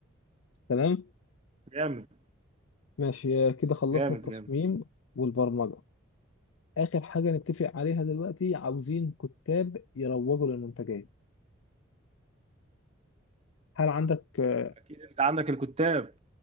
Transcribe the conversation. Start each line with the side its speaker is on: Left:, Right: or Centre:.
Left: تمام
Right: جامد
Left: ماشي آه، كده خلصنا
Right: جامد
Left: التصميم
Right: جامد
Left: والبرمجة آخر حاجة نتفق عليها دلوقتي عاوزين كتاب يروجوا للمنتجات هل عندك آه،
Right: اكيد انت عندك الكتاب